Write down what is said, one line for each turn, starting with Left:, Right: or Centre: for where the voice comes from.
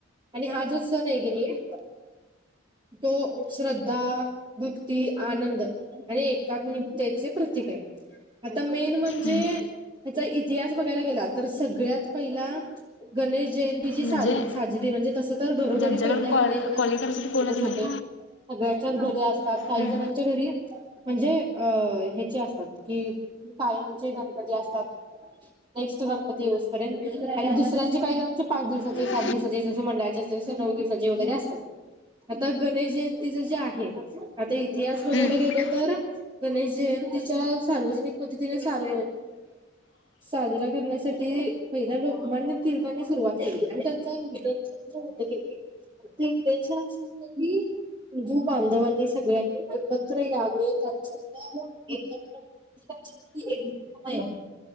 Right: आणि हा जो सण आहे की नाही तो श्रद्धा भक्ती, आनंद आणि एकात्मिकतेचे प्रतीक आहे. आता मेन म्हणजे
Left: हम्म.
Right: त्याचा इतिहास बघायला गेला, तर सगळ्यात पहिला गणेश जयंती ती जी साज
Left: म्हणजे
Right: साजरी म्हणजे तस तर घरोघरी
Left: ज्यांच्याकडे
Right: पहिले आपल्याइकडे
Left: कॉल कॉलिंग
Right: गणपती
Left: करायसाठी
Right: बसतच
Left: कोणच नाही
Right: होते. सगळ्यांच्याच घरी असतात. काही
Left: हम्म.
Right: जणांच्या घरी म्हणजे अ ह्याचे असतात की, कायम <unintelligible> कधी असतात. नेक्स्ट गणपती येऊस पर्यंत आणि दुसऱ्यांची काही पाच दिवसाचे,
Left: हम्म.
Right: सात दिवसाचे जसं मंडळाचे असते, तसे नऊ दिवसाचे वगैरे असतात. आता गणेश जयंतीच जे आहे, आता इतिहास बघायला
Left: हम्म.
Right: गेलं तर गणेश जयंतीच्या सार्वजनिक पद्धतीने सार साजरा करण्यासाठी पहिला लोकमान्य टिळकांनी सुरुवात आणि त्यांच इंटेनशन जे होत की ने, ते इंटेनशन असं होत की हिंदू बांधवांनी सगळ्यांनी एकत्र यावे, त्यांच्यात एकत्र <unintelligible>